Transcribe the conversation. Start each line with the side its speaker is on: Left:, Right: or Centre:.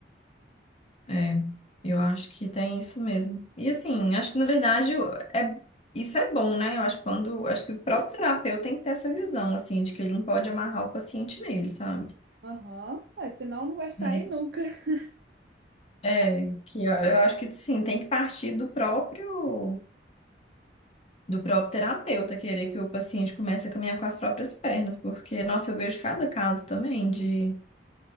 Left: É, eu acho que tem isso mesmo. E assim, acho que na verdade é, isso é bom, né? Eu acho que quando, acho que o próprio terapeuta tem que ter essa visão, assim, de que ele não pode amarrar o paciente nele, sabe?
Right: Aham, Mas senão não vai sair
Left: Né?
Right: nunca. <laughs>
Left: É, que eu eu acho que sim, tem que partir do próprio do próprio terapeuta querer que o paciente comece a caminhar com as próprias pernas, porque, nossa, eu vejo cada caso também de